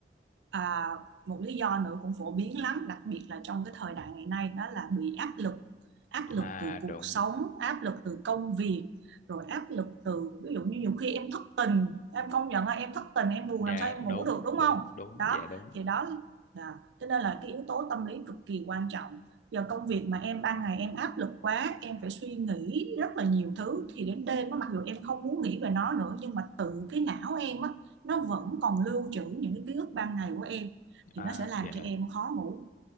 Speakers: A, on the right; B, on the left.
A: À, một lý do nữa cũng phổ biến lắm, đặc biệt là trong cái thời đại ngày nay đó là bị áp lực, áp lực
B: À
A: từ
B: đúng,
A: cuộc sống, áp lực từ công việc, rồi áp lực từ ví dụ như nhiều khi em thất tình, em công nhận là em thất tình, em buồn
B: dạ
A: làm sao em ngủ
B: đúng,
A: được đúng
B: đúng,
A: không?
B: đúng,
A: Đó,
B: dạ đúng.
A: thì đó là cho nên là cái yếu tố tâm lý cực kỳ quan trọng. Giờ công việc mà em ban ngày em áp lực quá, em phải suy nghĩ rất là nhiều thứ thì đến đêm á, mặc dù em không muốn nghĩ về nó nữa nhưng mà tự cái não em á nó vẫn còn lưu trữ những cái ký ức ban ngày của em thì
B: À
A: nó sẽ làm
B: dạ,
A: cho em khó ngủ